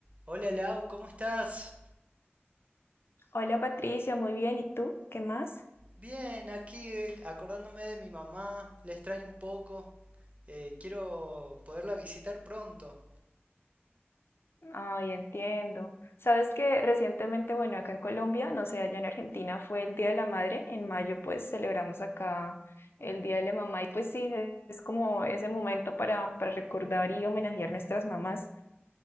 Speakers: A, on the right (about 35°); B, on the left (about 65°).
A: Hola Lau, ¿cómo estás?
B: Hola Patricia, muy bien. ¿Y tú? ¿Qué más?
A: Bien, aquí eh, acordándome de mi mamá, la extraño un poco. Eh, quiero poderla visitar pronto.
B: Ay, entiendo. Sabes que recientemente, bueno, acá en Colombia, no sé, allá en Argentina fue el Día de la Madre. En mayo, pues celebramos acá el Día de la Mamá. Y pues sí, es como ese momento para, para recordar y homenajear nuestras mamás.